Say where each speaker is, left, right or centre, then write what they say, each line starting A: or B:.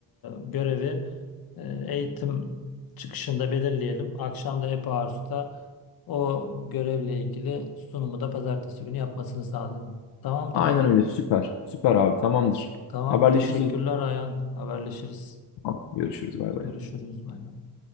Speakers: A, on the left; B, on the left.
A: görevi e, eğitim çıkışında belirleyelim. Akşam da Happy House'da o görevle ilgili sunumu da pazartesi günü yapmasını sağlayalım. Tamamdır.
B: Aynen öyle süper. Süper abi tamamdır.
A: Tamam,
B: Haberleşiriz.
A: teşekkürler
B: o zaman.
A: Ayhan. Haberleşiriz.
B: Tamam, Görüşürüz bay bay.
A: Görüşürüz. Bay bay.